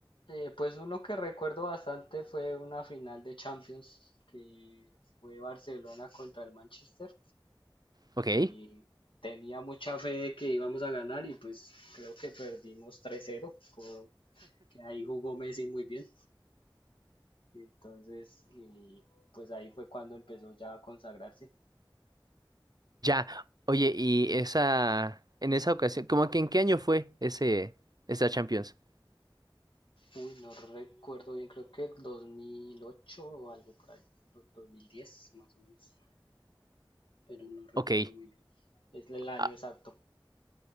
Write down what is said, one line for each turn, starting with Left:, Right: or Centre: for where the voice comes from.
Left: Eh, pues uno que recuerdo bastante fue una final de Champions que fue Barcelona contra el Manchester
Right: Ok,
Left: y tenía mucha fe de que íbamos a ganar y pues creo que perdimos tres cero por- que ahí jugó Messi muy bien. Entonces, eh, pues ahí fue cuando empezó ya a consagrarse.
Right: ya. Oye, y esa, en esa ocasión, ¿cómo que en qué año fue ese, esa Champions?
Left: Uy, no recuerdo bien, creo que 2008 o algo por ahí, o 2010 más o menos, pero no recuerdo
Right: Ok.
Left: muy bien. Es el año
Right: ah,
Left: exacto.